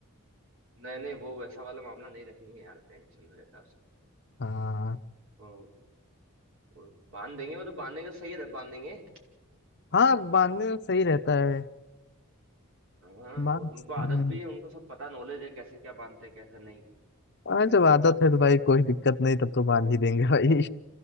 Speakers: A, on the right; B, on the left.
A: नहीं नहीं वो वैसा वाला मामला नहीं रखेंगे यार टेंशन में रहता है उसको
B: हाँ
A: वो- वो बांध देंगे वो तो बांधने का सही रह बांध देंगे
B: हाँ बांधने में सही
A: लेकिन-
B: रहता है
A: हाँ
B: बांध
A: और उनको आदत
B: हम्म,
A: भी है उनको सब पता नॉलेज है कैसे क्या बांधते हैं कैसे नहीं
B: हाँ जब आदत है तो भाई कोई दिक्कत नहीं तब तो बांध ही देंगे भाई